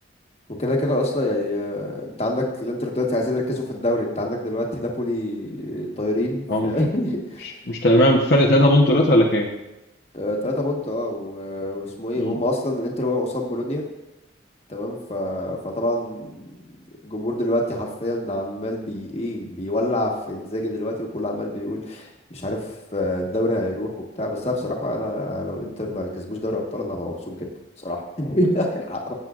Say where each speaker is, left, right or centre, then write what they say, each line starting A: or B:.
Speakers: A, on the left; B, on the left.
A: وكده كده اصلا يعني آه، انت عندك الانتر دلوقتي عايزين يركزوا في الدوري انت عندك دلوقتي نابولي طايرين ف
B: اه مش
A: <laughs>
B: مش مش تمام فرق 3 بونت دلوقتي ولا كام؟
A: آه، تلاتة بونت اه و- واسمه ايه
B: مم.
A: وهم اصلا الانتر وقعوا قصاد بولونيا تمام ف... فطبعا الجمهور دلوقتي حرفيا عمال بي ايه بيولع في انزاجي دلوقتي وكله عمال بيقول مش عارف آه، الدوري هيروح وبتاع بس انا بصراحة انا لو الانتر ما كسبوش دوري ابطال انا هبقى مبسوط جدا بصراحة <laughs> حق